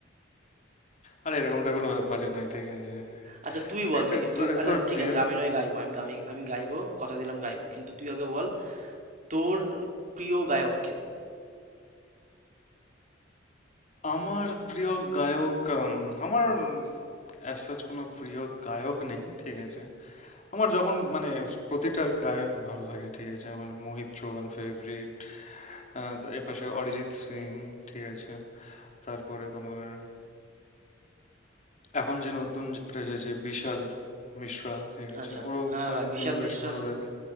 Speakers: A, on the left; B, on the right.
A: আরে এরকমটা কোনো ব্যাপারই নয় ঠিক আছে
B: আচ্ছা তুই
A: তুই
B: বল
A: এটা
B: দেখি তুই
A: আরে
B: আচ্ছা
A: তোর
B: ঠিক
A: প্রিয়
B: আছে আমি নয় গাইবো আমি আমি আমি গাইবো কথা দিলাম গাইবো কিন্তু তুই আগে বল তোর প্রিয় গায়ককে
A: আমার প্রিয় গায়ক উম, আমার অ্যাজ কোনো প্রিয় গায়ক নেই ঠিক আছে আমার যখন মানে প্রতিটা গায়ক ভালো লাগে ঠিক আছে আমার মোহিত চৌহান ফেভারিট তো এপাশে অরিজিৎ সিং ঠিক আছে তারপরে তোমার এখন যে নতুন যেটা এসেছে বিশাল মিশ্রা ঠিক আছে
B: আচ্ছা
A: ওরও
B: হ্যাঁ
A: গানগুলো
B: ভাই বিশাল
A: বেশ
B: মিশ্রার
A: ভালো লাগে